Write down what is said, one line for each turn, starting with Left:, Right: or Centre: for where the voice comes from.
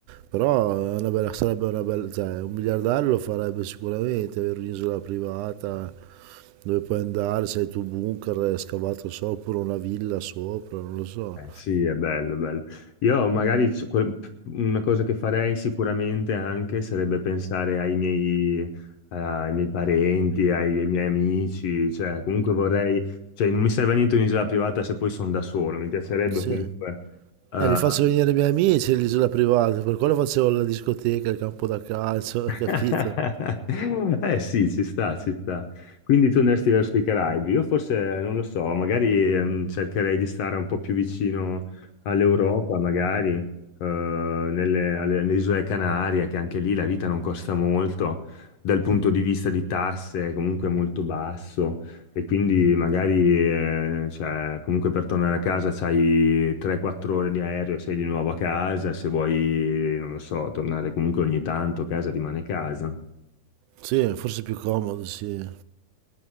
Right: Però è una bella- sarebbe una bella, cioè un miliardario lo farebbe sicuramente, avere un'isola privata dove puoi andare, se hai il tuo bunker scavato sopra, oppure una villa sopra, non lo so.
Left: Eh, sì, è bello, è bello. Io magari c- quel- una cosa che farei sicuramente anche sarebbe pensare ai miei, ai miei parenti, ai, ai miei amici, cioè comunque vorrei, cioè non mi serve a niente un'isola privata se poi sono da solo, mi piacerebbe
Right: Sì.
Left: comunque eh,
Right: Eh, li faccio venire i miei amici all'isola privata, per quello facevo la discoteca, il campo da calcio,
Left: <laughs>
Right: <laughs> capito?
Left: Eh sì, ci sta, ci sta. Quindi tu andresti verso i Caraibi. Io forse, non lo so, magari ehm, cercherei di stare un po' più vicino all'Europa, magari, eh, nelle, alle, alle isole Canarie, che anche lì la vita non costa molto, dal punto di vista di tasse è comunque molto basso. E quindi magari, eh, cioè, comunque per tornare a casa c'hai 3-4 ore di aereo e sei di nuovo a casa, se vuoi, non lo so, tornare comunque ogni tanto, casa rimane casa.
Right: Sì, forse è più comodo, sì.